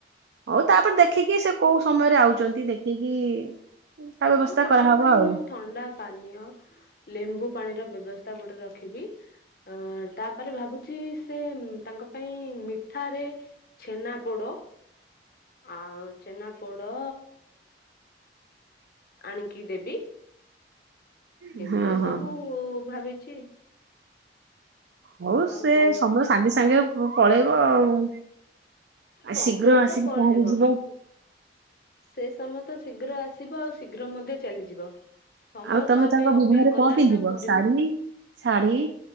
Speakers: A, on the right (about 70°); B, on the left (about 50°).
A: ହଉ ତାପରେ ଦେଖିକି ସେ କୋଉ ସମୟରେ ଆଉଛନ୍ତି ଦେଖିକି ତା ବ୍ୟବସ୍ଥା
B: ହଁ ତାଙ୍କ
A: କରାହବ
B: ପାଇଁ
A: ଆଉ।
B: ମୁଁ ଥଣ୍ଡା ପାନୀୟ ଲେମ୍ବୁ ପାଣିର ବ୍ୟବସ୍ଥା ଗୋଟେ ରଖିବି। ଅ ତାପରେ ଭାବୁଛି ସେ ତାଙ୍କ ପାଇଁ ମିଠାରେ ଛେନାପୋଡ଼ ଆଉ ଛେନାପୋଡ଼ ଆଣିକି ଦେବି।
A: ହଁ
B: ଏମିତି ସବୁ
A: ହଁ
B: ଭାବିଛି।
A: ହଉ
B: ଆଉ
A: ସେ
B: କଣ
A: ସମୟ ସାଙ୍ଗେ ସାଙ୍ଗେ ପଳେଇବ ଆଉ। ଆ
B: ସମୟ
A: ଶୀଘ୍ର ଆସିକି
B: ତ ପଳେଇବ
A: ପହଞ୍ଚି ଯିବେ।
B: ସେ ସମୟ ତ ଶୀଘ୍ର ଆସିବ ଆଉ ଶୀଘ୍ର ମଧ୍ୟ ଚାଲିଯିବ। ସମୟ
A: ଆଉ ତମେ
B: କାହା
A: ତାଙ୍କ
B: ପାଇଁ
A: ବିବାହରେ
B: ଅପେକ୍ଷା କଲାନି
A: କଣ ପିନ୍ଧିବ?
B: ନା କରିବ
A: ଶାଢ଼ୀ ଶାଢ଼ୀ